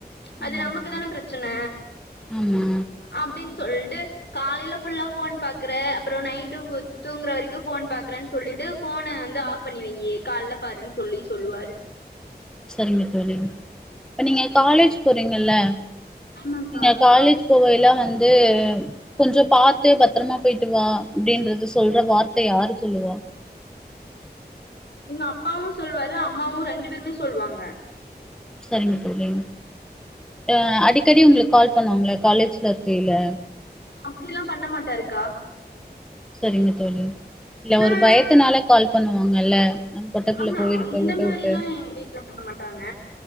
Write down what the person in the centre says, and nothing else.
ஆமா
தோழி
ஆமா
சரிங்க தோழி இப்ப நீங்க காலேஜ் போறீங்கல்ல
நீங்க காலேஜ் போகையில வந்து கொஞ்சோ பாத்து பத்திரமா போயிட்டு வா அப்டின்றது சொல்ற வார்த்தை யாரு சொல்லுவா
சரிங்க தோழி அ அடிக்கடி உங்களுக்கு கால் பண்ணுவாங்களா காலேஜ்ல இருக்கைல
சரிங்க தோழி இல்ல
ஒரு பயத்னால கால் பண்ணுவாங்கல்ல நம்ம கொட்டக்குள்ள
போயிருக்க
வீட்ட
விட்டு